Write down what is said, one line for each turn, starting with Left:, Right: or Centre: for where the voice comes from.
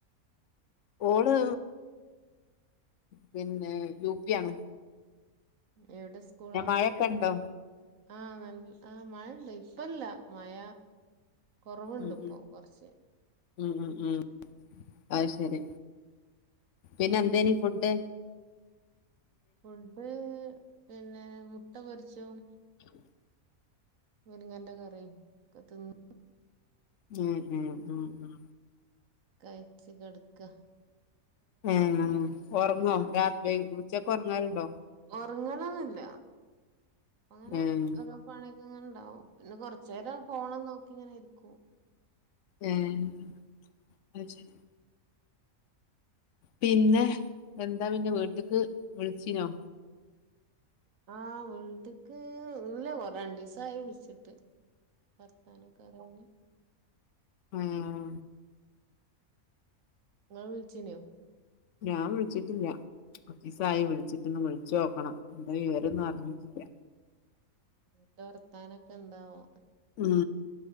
Left: ഓള് പിന്നെ യുപി ആണ്
Right: എവിടെ സ്കൂളാ
Left: പിന്നെ മഴൊക്കെ ഉണ്ടോ
Right: ആഹ് നല്ല ആഹ് മഴണ്ട് ഇപ്പല്ല മഴ കൊറവുണ്ട്
Left: ഉം
Right: ഇപ്പോ
Left: ഉം
Right: കൊറച്ച്
Left: ഉം ഉം ഉം അയ് ശരി പിന്നെ എന്തേനി ഫുഡ്ഡ്
Right: ഫുഡ്ഡ് പിന്നെ മുട്ട പൊരിച്ചതും
Left: ആണൊ
Right: മുരിങ്ങാന്റെ കറിയും ഒക്കെ തിന്നു
Left: ഉം ഉം ഉം ഉം
Right: കയിച്ച് കെട്ക്ക
Left: ഏഹ് ഉറങ്ങോ രാ വെയ് ഉച്ചക്ക് ഉറങ്ങറലുണ്ടോ
Right: ഉറങ്ങലൊന്നില്ല അങ്ങനെ
Left: ഏഹ്
Right: ഓരോ പണിക്ക ഇങ്ങനെ ഉണ്ടാവും പിന്നെ കൊറചേരം ഫോണും നോക്കി ഇങ്ങനെയിരിക്കും
Left: ഏഹ് അയി ശെരി പിന്നെ എന്താ പിന്നെ വീട്ട്ക്ക് വിളിചിനോ
Right: ആഹ് വീട്ട്ക്ക് ഇല്ല രണ്ടിസായി വിളിച്ചിട്ട് വർത്താനൊക്കറയാന്
Left: ഉം
Right: ഇങ്ങള് വിളിച്ചീനോ
Left: ഞാൻ വിളിച്ചിട്ടില്ല കൊറച്ചിസായി
Right: ന്റെ
Left: വിളിച്ചിട്ടന്ന വിളി ച്ചോക്കണം എന്താ വിവരൊന്നും അറിഞ്ഞിട്ടില്ല
Right: എന്നിട്ട് വർത്താനൊക്കെ എന്താവോ
Left: ഉം